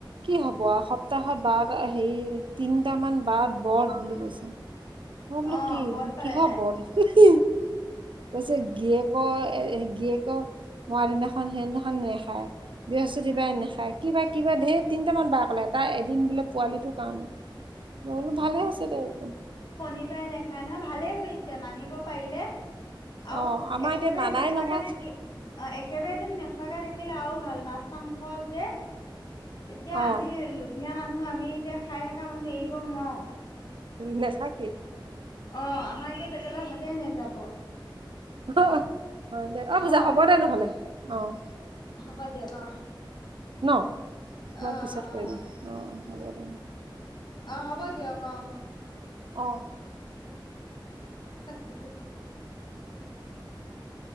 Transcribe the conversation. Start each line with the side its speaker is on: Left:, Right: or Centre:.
Right: কি হ'ব সপ্তাহত বাট হেৰি তিনটামান বাট বৰ বুলি কৈছে। মই বোলে
Left: অ
Right: কি
Left: বত পালে
Right: কিহ
Left: তাই
Right: বট হিঃ কৈছে গিয়েক অ' এ গীৰিয়েকৰ মৰা দিনাখন সেইদিনাখন নেখায় বৃহস্পতিবাৰে
Left: উম
Right: নেখায় কিবা কিবা ধেৰ তিনটামান বাৰ ক'লে তাই এদিন বোলে পোৱালিটোৰ কাৰণে মই বোলো ভালে হৈছে দে বোলো।
Left: শনিবাৰে নাখায় নহয় ভালে কৰিছে মানিব পাৰিলে আৰু
Right: অ আমাৰ
Left: একেবাৰে
Right: এতিয়া মানাই
Left: নোখোৱাকে
Right: নহয়
Left: থাকি অ' একেবাৰেন নোখোৱাকা থাকিলে আৰু ভাল মাছ- মাংস যে এতিয়া আমি
Right: অ
Left: লোভিযয়া মানুহ আমি এতিয়া খাই থকা মানুহ এৰিব নোৱাৰো।
Right: নে থাকেই।
Left: অ' আমাৰ এতিয়া পেটলে ভাতে নাযাব।
Right: অ' হয় দে অ' পূজা
Left: হয়
Right: হ'ব দে নহ'লে অ'।
Left: বাদ দিওক অ'।
Right: ন' অকমান
Left: অ
Right: পিছত
Left: অ অ
Right: কৈ দি অ' হ'ব। দে
Left: অ' হ'ব দিয়ক অ'।
Right: অ'
Left: পাকি থ